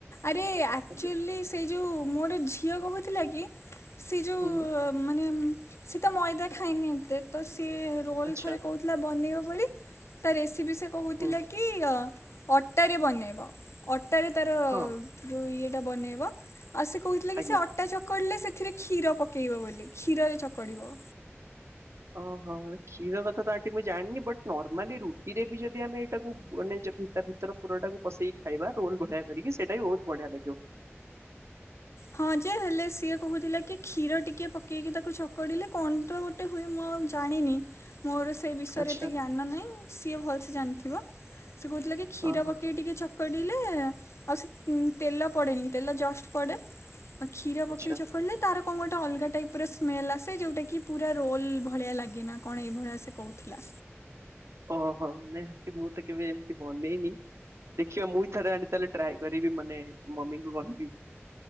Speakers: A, on the left; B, on the right.
A: ଆରେ ଆଚୁଆଲି
B: ଆଜ୍ଞା
A: ସେ ଯୋଉ ମୋର ଝିଅ କହୁଛି ଥିଲା। ସେ ଯୋଉ
B: ହୁଁ ହୁଁ
A: ମାନେ ସେତ ମଇଦା ଖାଇନି ଏତେ ତ ସିଏ ରୋଲ
B: ଆଚ୍ଛା
A: ଥରେ କହୁଥିଲା ବନେଇବ ବୋଲି ତା ରେସିପି ସେ କହୁଥିଲା
B: ହୁଁ
A: କି ଅଟାରେ ବନେଇବ। ଅଟା ବି ତାର
B: ହଁ
A: ଯୋଉ ଇଏ ଟା ବନେଇବା। ଆଉ ସେ କହୁଥିଲା କି
B: ଆଜ୍ଞା
A: ସେ ଅଟା ଚକୁଡ଼ିଲେ ସେଥିରେ କ୍ଷୀର ପକେଇବ ବୋଲି କ୍ଷୀରରେ ପଡ଼ିବ।
B: ଓହୋ ଷୀର କଥା ତ ମୁ ଜାଣିନି ବଟ ନର୍ମାଲି ରୁଟିରେ ବି ଯଦି ଆମେ ଏଇଟାକୁ ମାନେ ଭିତର ପୁରଟାକୁ ପସେଇକି ଖାଇବା ରୋଲ ବଢିଆ କରିକି ସେଇଟା ବି ବହୁତ ବଢିଆ ଲାଗିବ।
A: ହଁ ଯେ ହେଲେ ସିଏ କହୁଥିଲା କି କ୍ଷୀର ଟିକେ ପକେଇକି ତା ଚକଡିଲେ କଣ ତ ଗୋଟେ ହୁଏ ମୁଁ ଆଉ ଜାଣିନି। ମୋର ସେଇ ବିଷୟରେ
B: ଆଚ୍ଛା
A: ଏତେ ଜ୍ଞାନ ନାହିଁ। ସିଏ ଭଲ ସେ ଜାଣିଥିବ। ସେ କହୁଥିଲା କି କ୍ଷୀର
B: ଓହୋ
A: ପକେଇ ଟିକେ ଚ ଚକଡିଲେ ଆଉ ସେ ଉଁ ତେଲ ପଡ଼େନି ତେଲ ଜଷ୍ଟ ପଡ଼େ। ଆଉ କ୍ଷୀର ପକେଇ
B: ଆଚ୍ଛା
A: ଚକଡିଲେ ତା ତାର କଣ ଗୋଟେ ଅଲଗା ଟାଇପର ସ୍ମେଲ ଆସେ ଯୋଉଟା କି ପୁରା ରୋଲ ଭଳିଆ ଲାଗେ ନା କଣ ଏଇଭଳିଆ ସେ କହୁଥିଲା।
B: ଓହୋ ନାଇଁ ଆଣ୍ଟି ମୁଁ ତ କେବେ ଏମିତି ବନେଇନି ଦେଖିବା ମୁଇଁ ଥରେ ଆଣ୍ଟି ତାହେଲେ ଟ୍ରାଏ କରିବି ମାନେ ମମିଙ୍କୁ କହିବି।